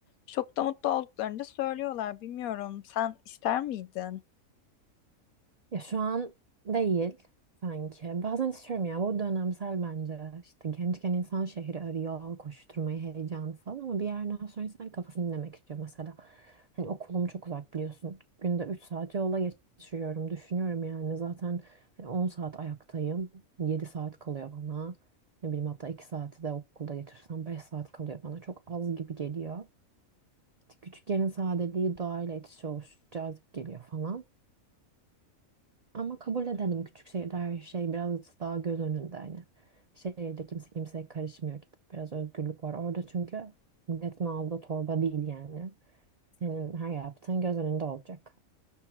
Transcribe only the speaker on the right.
Ya şu an değil sanki. Bazen istiyorum ya bu dönemsel bence. İşte gençken insan şehri arıyor, koşturmayı, heyecanı falan ama bir yerden sonra insan kafasını dinlemek istiyor mesela. Hani okulum çok uzak biliyorsun. Günde 3 saat yola geçiriyorum. Düşünüyorum yani zaten hani 10 saat ayaktayım. yedi saat kalıyor bana. Ne bileyim hatta 2 saati de okulda geçirsem 5 saat kalıyor bana. Çok az gibi geliyor. Küçük sadeliği doğayla iç içe oluşu cazip geliyor falan. Ama kabul edelim küçük şehirde her şey biraz daha göz önünde hani. Şehirde kimse kimseye karışmıyor gibi. Biraz özgürlük var. Orada çünkü milletin aldığı torba değil yani. Senin her yaptığın göz önünde olacak.